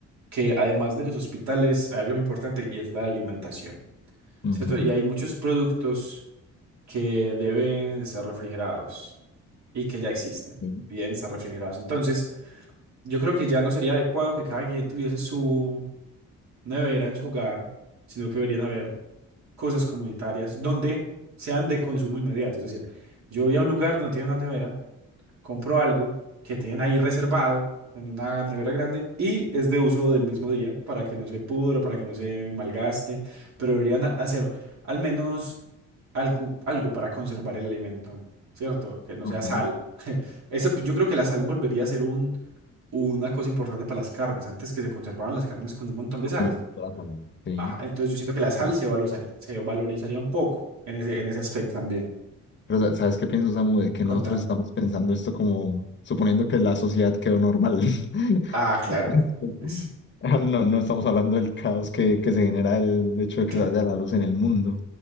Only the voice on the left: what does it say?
Ujú,
sí,
ok,
con
toda la salud, sí.
ujú.
Pero sa- ¿sabes qué pienso, Samu? De que
nosotros estamos pensando esto como suponiendo que la sociedad quedó normal. <laughs>
<laughs>
Ah, No, no estamos hablando del caos que, que se genera el hecho de que
se vaya la luz en el mundo.